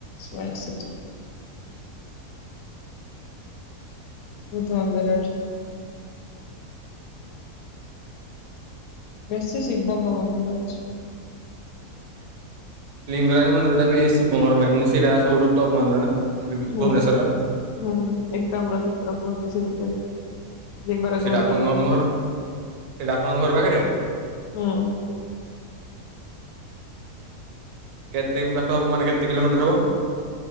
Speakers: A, on the left; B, on the right.
A: ସ୍ମାର୍ଟ ସିଟି। ବୋହୁତ ଦ୍ବନ୍ଦରେ ଅଛି। ବେଶୀ ଶିବଙ୍ଗ ମନ୍ଦିର ଅଛି।
B: ଲିଙ୍ଗରାଜ ମନ୍ଦିରଟା ବି ଶିବଙ୍କର ମେନ୍ ସେଇଟା ସବୁଠୁ ଟପ୍ ମନ୍ଦିର ନା?
A: ହୁଁ
B: ଭୁବନେଶ୍ୱରର
A: ହୁଁ ଏକାମ୍ର କ୍ଷେତ୍ର କୁହନ୍ତି ସେଇଥିପାଇଁ। ଲିଙ୍ଗରାଜ
B: ସେଇଟା
A: ମନ୍ଦିର
B: ଆପଣଙ୍କ
A: ପାଇଁ।
B: ଘର ସେଇଟା ଆପଣଙ୍କ ଘର ପାଖରେ?
A: ହୁଁ।
B: କେତେ ବାଟ ହବ ମାନେ କେତେ କିଲୋମିଟର ହବ?